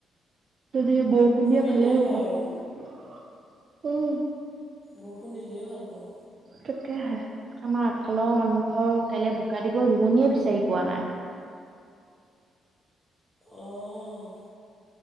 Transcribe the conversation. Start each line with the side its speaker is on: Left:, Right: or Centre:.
Right: দি বৰষুণ দিয়ে
Centre: দিলেই
Right: ভালে হ'ব
Centre: হয়
Right: উ'।
Centre: আৰু বৰষুণ দিলেই ভাল পাওঁ।
Right: তাকে আমাৰ আগফালৰ মানুহ ঘৰ কাইলৈ বোকা দিব ৰোৱনিয়ে বিচাৰি পোৱা নাই।
Centre: অ'।